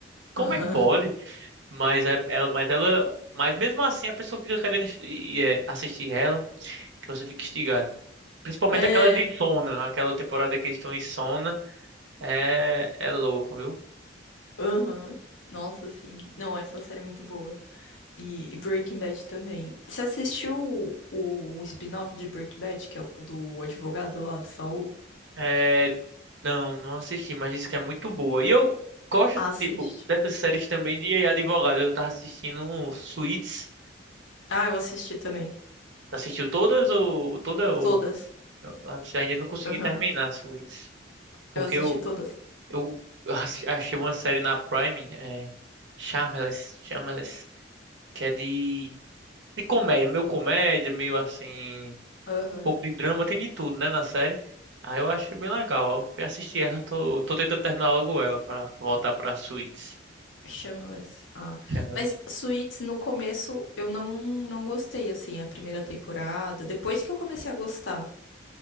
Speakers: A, on the right; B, on the left.
A: Como
B: Aham.
A: é que pode? Mas é- ela, mas ela, mas mesmo assim a pessoa fica querendo ins- e, eh, assistir ela, que você fica instigado. Principalmente
B: É,
A: aquela de Sona, aquela temporada que eles estão em Sona, é, é louco, viu?
B: aham. Nossa, sim. Não, essa série é muito boa. E, e Breaking Bad também. Você assistiu o, o spin-off de Breaking Bad, que é o do advogado lá do Saul?
A: É, não, não assisti, mas disse que é muito boa. E eu gosto,
B: Assiste.
A: tipo, dessas séries também de advogado. Eu tava assistindo um Suits.
B: Ah, eu assisti também.
A: Assistiu todas ou toda ou
B: Todas.
A: eu ainda não consegui
B: Aham.
A: terminar Suits, porque
B: Eu assisti
A: eu
B: todas.
A: eu <laughs> assi- achei uma série na Prime, é Shameless, Shameless, que é de de comédia, meio comédia, meio assim, um
B: Aham.
A: pouco de drama, tem de tudo, né, na série. Aí eu achei bem legal. Eu fui assistir ela, tô, tô tentando terminar logo ela pra voltar pra Suits.
B: Shameless. Ah.
A: Shameless.
B: Mas Suits, no começo, eu não, não gostei, assim, a primeira temporada. Depois que eu comecei a gostar.